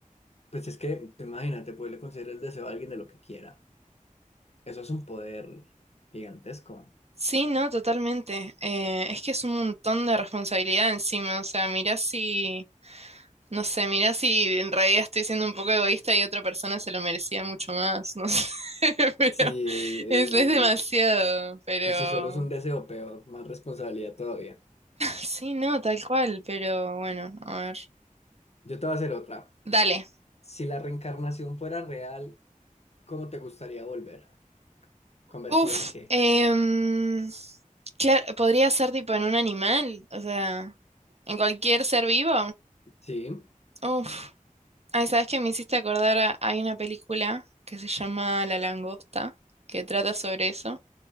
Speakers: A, on the left (about 50°); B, on the right (about 50°).
A: pues es que, tú imagínate, poderle conceder el deseo a alguien de lo que quiera. Eso es un poder gigantesco.
B: Sí, no, totalmente. Eh, es que es un montón de responsabilidad encima, o sea, mirá si, no sé, mirá si en realidad estoy siendo un poco egoísta y otra persona se lo merecía mucho más, no sé, <laughs> pero
A: Sí, es, es-
B: es,
A: es-
B: es demasiado, pero...
A: y si solo es un deseo, peor, más responsabilidad todavía.
B: Sí, no, tal cual, pero bueno, a ver.
A: Yo te voy a hacer otra.
B: Dale,
A: Si la reencarnación fuera real, ¿cómo te gustaría volver? ¿Convertida
B: Uf,
A: en qué?
B: em, claro, podría ser tipo en un animal, o sea, en cualquier ser vivo.
A: Sí.
B: Uf, ay, ¿sabes qué me hiciste acordar? a- Hay una película que se llama La langosta, que trata sobre eso,